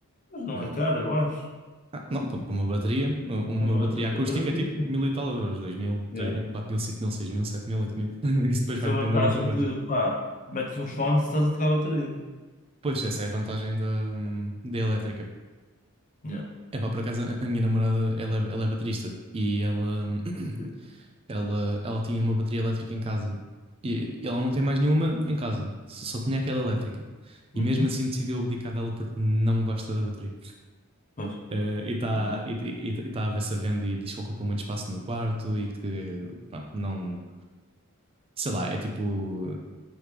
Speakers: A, on the left (about 35°); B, on the right (about 25°).
A: Mas não
B: Eh,
A: é cara, eu acho.
B: ah, não, pá, para uma bateria, uma
A: Uma
B: bateria
A: bateria
B: acústica
A: é baratíssima.
B: é tipo mil e tal euros, dois mil,
A: Yeah.
B: três mil, quatro mil, cinco mil, seis mil, sete mil, oito mil. <laughs> Isso depois
A: Tens
B: vai
A: a
B: depender
A: vantagem
B: do teu budget.
A: de, pá, metes uns fones e estás a tocar a bateria.
B: Pois, essa é a vantagem da, hum, da elétrica.
A: Yeah.
B: É pá, por acaso a a minha namorada, ela é, ela é baterista e ela. <clears throat>
A: Não sei.
B: Ela, ela tinha uma bateria elétrica em casa e, e ela não tem mais nenhuma em casa, S- só tinha aquela elétrica.
A: Uhum.
B: E mesmo assim decidiu abdicar dela porque não gosta da bateria.
A: Pois,
B: Eh, e está
A: claro.
B: e, e, e tá a ver-se a venda e diz que ocupa muito espaço no quarto e que, pronto, não. Sei lá, é tipo.